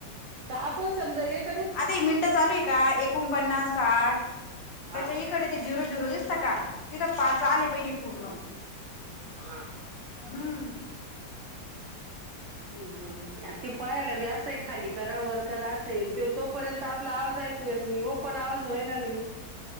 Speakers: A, on the right; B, on the left.
A: तर आपण समजा एक
B: आता ही मिनटं चालूय का? एकोणपन्नास साठ
A: हा
B: त्याच्या इकडं ते झिरू झिरू दिसत का? तिथं पाच आले पाहिजे, पूर्ण
A: हा हा
B: हम्म
A: ह बरंय आ ते पाहायला बी असंय खाली करा वर करा असय ते तोपर्यंत आपला आवाजऐक यात नायी वो पण आवाज होय ना नायी